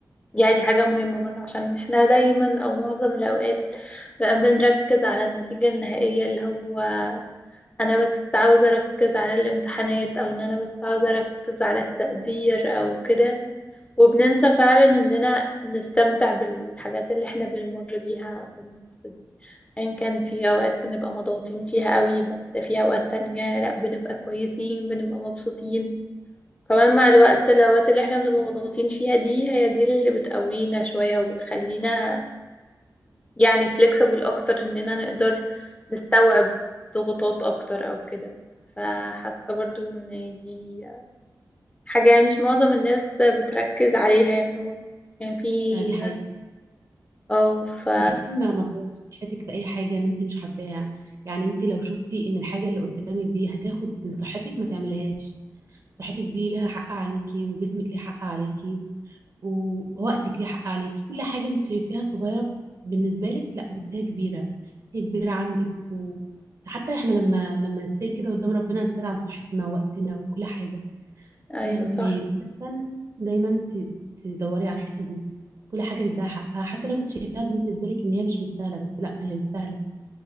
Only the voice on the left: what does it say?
يعني حاجة مهمة برضه عشان احنا دايما أو معظم الأوقات بقى بنركز على النتيجة النهائية اللي هو أنا بس عاوزة أركز على الامتحانات أو إن أنا بس عاوزة أركز على التقدير أو كده وبننسى فعلا اننا نستمتع بالحاجات اللي احنا بنمر بيها في النص دي ان كان في اوقات بنبقى مضغوطين فيها قوي بس في اوقات تانية لا بنبقى كويسين بنبقى مبسوطين كمان مع الوقت الاوقات اللي احنا بنبقى مضغوطين فيها دي هي دي اللي بتقوينا شوية وبتخلينا يعني flexible اكتر اننا نقدر نستوعب ضغوطات اكتر او كده فحاسة برضو ان دي حاجة يعني مش معظم الناس بتركز عليها يعني هو يعني في
ناس اه ف
ايوه
صح